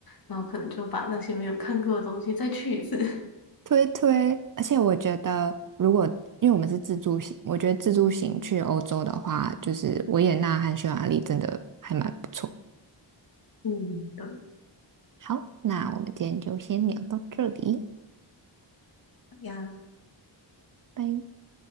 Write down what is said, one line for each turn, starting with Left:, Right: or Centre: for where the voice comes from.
Left: 然后可能就把那些没有看过的东西再去一次。<laughs>
Right: 推推，而且我觉得，如果因为我们是自助行，我觉得自助行去欧洲的话，就是维也纳和匈牙利真的还蛮不错。
Left: 嗯，对。
Right: 好，那我们今天就先聊到这里，
Left: 呀。
Right: 拜。